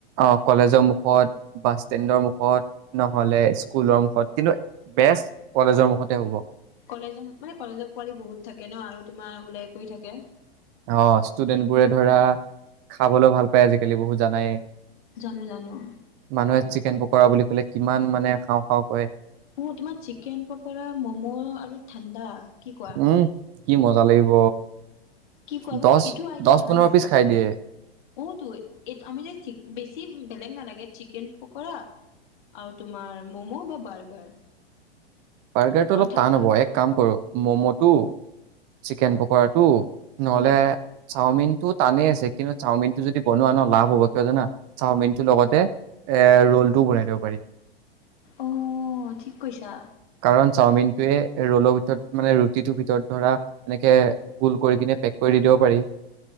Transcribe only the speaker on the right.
অ' কলেজৰ মুখত বাছ ষ্টেণ্ডৰ মুখত, নহ'লে স্কুলৰ মুখত, কিন্তু বেষ্ট কলেজৰ মুখতে হ'ব।
অ' ষ্টুডেন্ট বোৰে ধৰা খাবলৈ ভাল পায় আজিকালি বহুত জানাই!
মানুহে চিকেন পকৰা বুলি ক'লে কিমান মানে খাওঁ খাওঁ কৰে
উম, কি মজা লাগিব!
দহ
দহ
পোন্ধৰ
পিচ খাই দিয়ে
বাৰ্গাৰটো অলপ
টান হ'ব। এক কাম কৰো ম'ম'টো, চিকেন পকৰাটো। নহ'লে
চাওমিনটো টানেই আছে। কিন্তু চাওমিনটো যদি বনোৱা ন লাভ হ'ব কিয় জানা চাওমিনটো লগতে এ ৰোলটোও বনাই দিব পাৰি
কাৰণ চাওমিনটোৱে ৰোলৰ ভিতৰত মানে ৰুটিটোৰ ভিতৰত ধৰা এনেকে গোল কৰি কিনে পেক কৰি দি দিব পাৰি